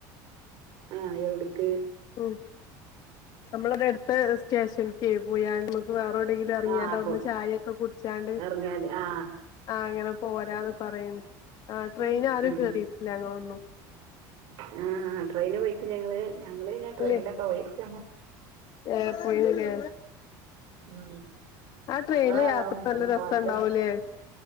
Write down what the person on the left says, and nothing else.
ഉം നമ്മളടെ അടുത്ത് സ്റ്റേഷനക്ക് പോയി നമുക്ക് വേറെവിടെങ്കിലും ഇറങ്ങിയണ്ട്
അവിടന്ന് ചായൊക്കെ കുടിച്ചാണ്ട്
ആഹ് അങ്ങനെ പോരാന്ന് പറയന്ന് ആഹ് ട്രെയിന്
ആരും
കേറിയിട്ടില്ല ഞങ്ങളൊന്നും
അല്ലേ
ഏഹ് പോയില്ലേ
ആഹ് ട്രെയിനല്
യാത്ര നല്ല
രസണ്ടാവുലെ?